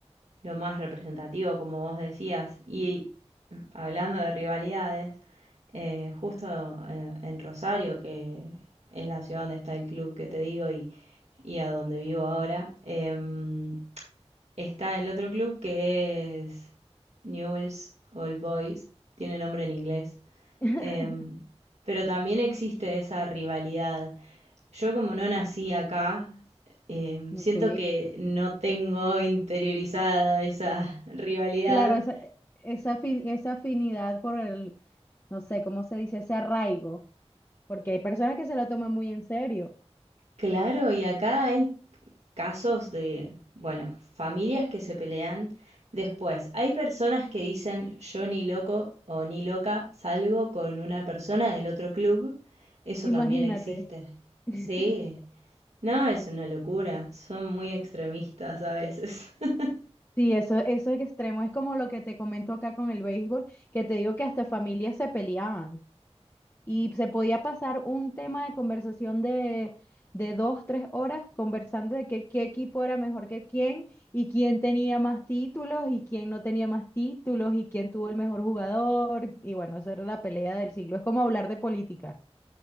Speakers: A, on the right; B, on the left.
A: lo más representativo, como vos decías. Y mm, hablando de rivalidades, eh, justo eh, en Rosario, que es la ciudad donde está el club que te digo y, y a donde vivo ahora, em, está el otro club que es Newell's Old Boys, tiene nombre en inglés
B: <laughs>
A: Em, pero también existe esa rivalidad. Yo como no nací acá, em,
B: Ok.
A: siento que no tengo interiorizada esa <laughs> rivalidad.
B: Claro, esa, esa, afi- esa afinidad por el, no sé, ¿cómo se dice? Ese arraigo, porque hay personas que se lo toman muy en serio.
A: Claro, y acá hay casos de, bueno, familias que se pelean. Después, hay personas que dicen yo ni loco o ni loca salgo con una persona del otro club. Eso
B: Imagínate.
A: también existe.
B: <laughs>
A: Sí. No, es una locura. Son muy extremistas a veces. <laughs>
B: Sí, eso, eso es extremo. Es como lo que te comento acá con el béisbol, que te digo que hasta familias se peleaban y se podía pasar un tema de conversación de, de dos, tres horas conversando de que, qué equipo era mejor que quién y quién tenía más títulos y quién no tenía más títulos y quién tuvo el mejor jugador. Y bueno, esa era la pelea del siglo. Es como hablar de política.